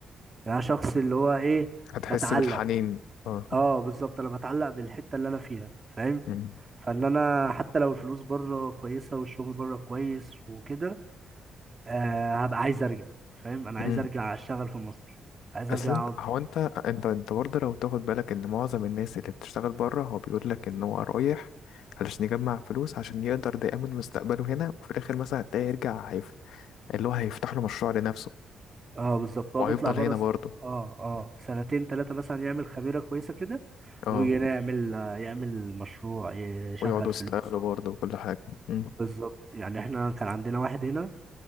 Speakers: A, on the right (about 30°); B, on the left (about 85°).
A: يعني انا شخص اللي هو ايه
B: هتحس
A: بتعلق
B: بالحنين اه
A: اه بالظبط انا بتعلق بالحته اللي انا فيها فاهم
B: مم.
A: فان انا حتى لو الفلوس بره كويسه والشغل بره كويس وكده آه هبقى عايز ارجع فاهم انا عايز
B: مم.
A: ارجع اشتغل في مصر عايز
B: اصل
A: ارجع
B: انت
A: اقعد
B: هو انت انت انت برضه لو تاخد بالك ان معظم الناس اللي بتشتغل بره هو بيقول لك ان هو رايح علشان يجمع فلوس عشان يقدر ده يأمن مستقبله هنا وفي الاخر مثلا هتلاقيه يرجع هيف... اللي هو هيفتح له مشروع لنفسه
A: اه بالظبط هو
B: وهيفضل
A: بيطلع بره
B: هنا
A: س-
B: برضه
A: اه اه سنتين ثلاثة مثلا يعمل خميرة كويسة كده
B: اه
A: ويجي هنا يعمل آه، يعمل مشروع يشغل
B: ويقعدوا يستقبلوا
A: فلوسه
B: برضه وكل حاجة امم
A: بالظبط يعني احنا كان عندنا واحد هنا